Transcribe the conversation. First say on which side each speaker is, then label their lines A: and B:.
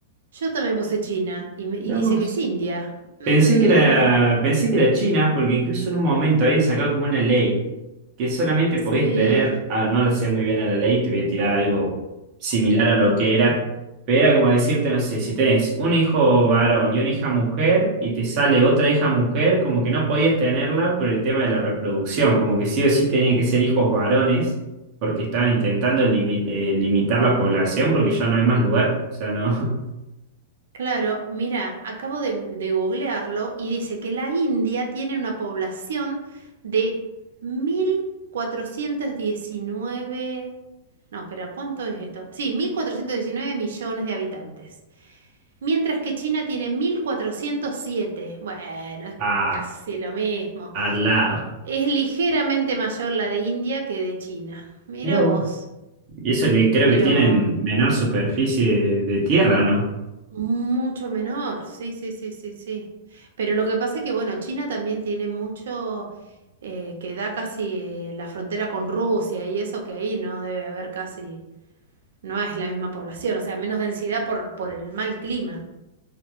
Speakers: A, on the right (about 75°); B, on the right (about 25°).
A: Yo también puse China y, me-
B: Mirá
A: y dice
B: vos.
A: que es India. Mm,
B: Pensé que era, pensé que era China, porque incluso en un momento habían sacado como una ley que solamente podías
A: sí,
B: tener, ah, no lo sé muy bien a la ley, te voy a tirar algo similar a lo que era, pero era como decirte, no sé, si tenés un hijo varón y una hija mujer y te sale otra hija mujer, como que no podías tenerla por el tema de la reproducción, como que sí o sí tenían que ser hijos varones, porque estaban intentando limi- eh, limitar la población, porque ya no hay más lugar, o sea, no,
A: claro, mira, acabo de, de googlearlo y dice que la India tiene una población de mil cuatrocientos diecinueve. No, espera, ¿cuánto es esto? Sí, 1.419 millones de habitantes. Mientras que China tiene mil cuatrocientos siete Bueno,
B: <laughs>
A: es
B: a,
A: casi lo mismo.
B: al lado.
A: Es ligeramente mayor la de India que de China. Mira
B: mira
A: vos.
B: Y eso que creo
A: Pero
B: que tienen
A: mm,
B: menor superficie de, tierra, ¿o no?
A: mucho menor. Sí, sí, sí, sí, sí. Pero lo que pasa es que, bueno, China también tiene mucho eh, que da casi eh, la frontera con Rusia y eso que ahí no debe haber casi, no es la misma población, o sea, menos densidad por, por el mal clima.